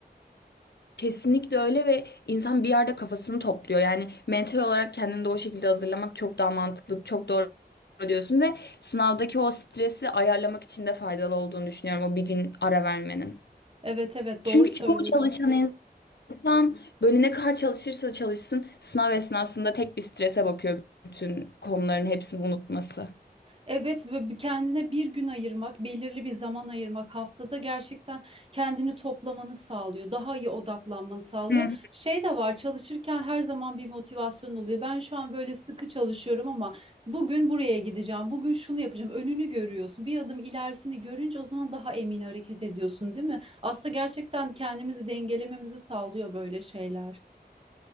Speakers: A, on the left (about 80°); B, on the right (about 35°).
A: Kesinlikle öyle ve insan bir yerde kafasını topluyor. Yani mental olarak kendini de o şekilde hazırlamak çok daha mantıklı, çok doğru diyorsun ve sınavdaki o stresi ayarlamak için de faydalı olduğunu düşünüyorum o bir gün ara vermenin.
B: Evet evet doğru
A: Çünkü
B: söylüyorsun.
A: çoğu çalışan insan böyle ne kadar çalışırsa çalışsın sınav esnasında tek bir strese bakıyor bütün konuların hepsini unutması.
B: Evet ve bir- kendine bir gün ayırmak, belirli bir zaman ayırmak haftada gerçekten kendini toplamanı sağlıyor. Daha iyi odaklanmanı sağlıyor.
A: Hı
B: Şey de var çalışırken her zaman bir motivasyon oluyor. Ben şu an böyle sıkı çalışıyorum ama bugün buraya gideceğim, bugün şunu yapacağım. Önünü görüyorsun. Bir adım ilerisini görünce o zaman daha emin hareket ediyorsun, değil mi? Aslında gerçekten kendimizi dengelememizi sağlıyor böyle şeyler.